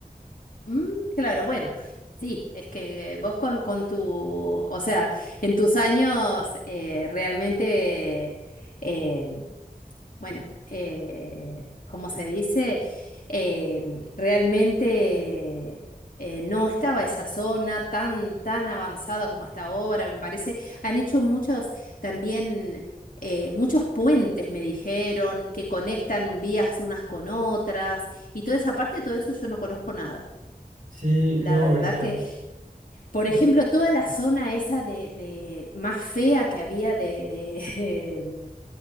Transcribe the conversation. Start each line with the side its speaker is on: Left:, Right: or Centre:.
Left: Mm, claro, bueno, sí, es que vos con, con tu, o sea, en tus años eh, realmente, eh, bueno, eh, ¿cómo se dice? Em, realmente eh, no estaba esa zona tan, tan avanzada como está ahora, me parece. Han hecho muchos también, eh, muchos puentes, me dijeron, que conectan vías unas con otras, y toda esa parte, todo eso yo no conozco nada.
Right: Sí,
Left: La
Right: no,
Left: verdad
Right: ahorita
Left: que, por
Right: ah,
Left: ejemplo, toda la zona esa de, de más fea que había de, de <laughs> em,